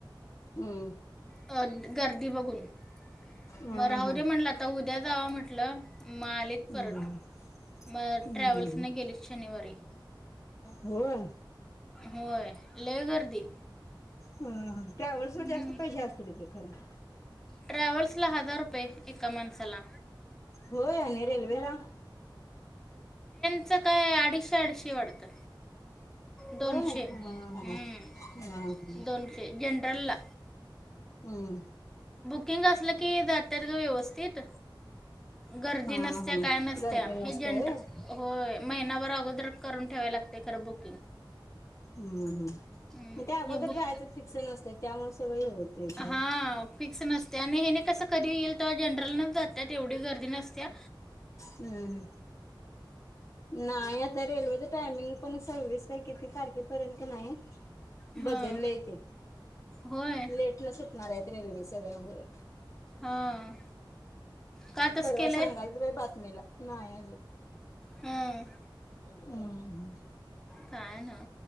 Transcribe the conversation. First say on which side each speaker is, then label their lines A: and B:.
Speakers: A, on the left; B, in the centre.
A: हम्म.
B: अ गर्दी बघून
A: हा
B: मग
A: हा
B: राहु दे म्हटलं आता उद्या जावा म्हटलं मग आलीत
A: हम्म
B: परत. मग
A: हम्म
B: ट्रॅव्हल्सने गेली शनिवारी
A: व्हय
B: होय लय गर्दी.
A: ह ट्रॅव्हल्स
B: हम्म.
A: वर जास्त पैसे असतील की खरं.
B: ट्रॅव्हल्स ला हजार रुपये एका माणसाला.
A: होय आणि रेल्वेला.
B: रेल्वे चं काय अडीचशे अडीचशे वाटतं.
A: व्हय
B: दोनशे
A: हम् हम
B: हम्म,
A: हम् हम.
B: दोनशे जनरलला
A: हम्म.
B: बुकिंग असलं की जात्यात ग व्यवस्थित.. गर्दी
A: हां
B: नसत्या
A: हां
B: काय नसत्या
A: गर्दी
B: हे
A: नसते
B: जनरल
A: होय
B: हो महिनाभर अगोदर करून ठेवाय. लागते खरं बुकिंग.
A: हम्म हम्.
B: हम्म,
A: त्या अगोदर
B: हे बुक
A: जायचं फिक्स नसतय त्यामुळे सगळ हे होत‌य ते.
B: हां फिक्स नसते आणि हे कसं कधी येईल तवा जनरल न जात्यात एवढी गर्दी नसतिया.
A: हम् नाही आता रेल्वेच टायमिंग पण सव्वीस किती तारखेपर्यंत नाही.
B: हां
A: बदललेय ते
B: होय
A: लेट न सुटणार आहेत रेल्वे सगळ्या व्हय.
B: हां. का तसं
A: परवा
B: केलंय
A: सांगालत बाई बातमीला नाही अजून.
B: हां
A: हम ह.
B: काय ना